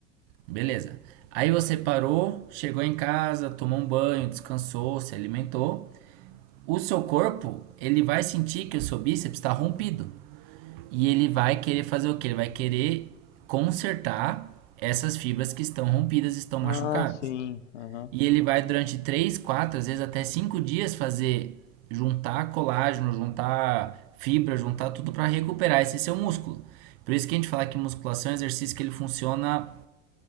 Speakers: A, on the right; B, on the left.
A: Beleza. Aí você parou, chegou em casa, tomou um banho, descansou, se alimentou. O seu corpo, ele vai sentir que o seu bíceps está rompido. E ele vai querer fazer o quê? Ele vai querer consertar essas fibras que estão rompidas, estão machucadas.
B: Ah, sim. Aham.
A: E ele vai durante 3, 4 às vezes até 5 dias fazer juntar colágeno, juntar fibra, juntar tudo para recuperar esse seu músculo. Por isso que a gente fala que musculação é um exercício que ele funciona